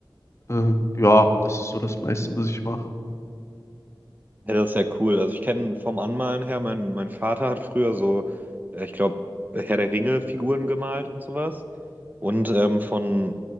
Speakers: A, on the left (about 35°); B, on the right (about 20°).
A: Ähm, ja, das ist so das meiste, was ich mache.
B: Ja, das ist ja cool. Also ich kenne vom Anmalen her, mein, mein Vater hat früher so, äh, ich glaube, Herr der Ringe-Figuren gemalt und sowas. Und ähm, von